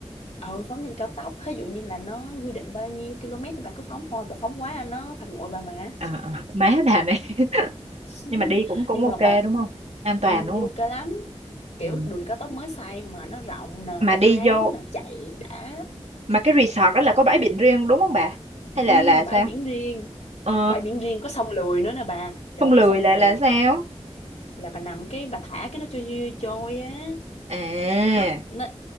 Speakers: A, on the left (about 75°); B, on the right (about 75°).
A: ừ phóng nhanh cao tốc ví dụ như là nó quy định bao nhiêu km thì bà cứ phóng thôi bà phóng quá nó phạt nguội bà mà
B: Ờ, ờ, má bà này <laughs>
A: <laughs>
B: nhưng mà đi cũng cũng
A: nhưng
B: ok
A: mà bà
B: đúng không an
A: ừ,
B: toàn đúng
A: đi
B: không
A: ok lắm kiểu
B: ừ.
A: đường cao tốc mới xây mà nó rộng nè
B: mà
A: nó
B: đi
A: thoáng
B: vô
A: nè chạy đã
B: Mà cái resort đó là có bãi biển riêng đúng không bà? Hay
A: ừ,
B: là là sao?
A: bãi biển riêng
B: Ờ,
A: bãi biển riêng có sông lười nữa nè bà trời
B: không
A: ơi,
B: lười
A: có sông
B: lại
A: lười
B: là
A: rồi
B: sao?
A: có hồ bơi. là bà nằm cái bà thả cái nó trôi trôi trôi á
B: À,
A: nó nó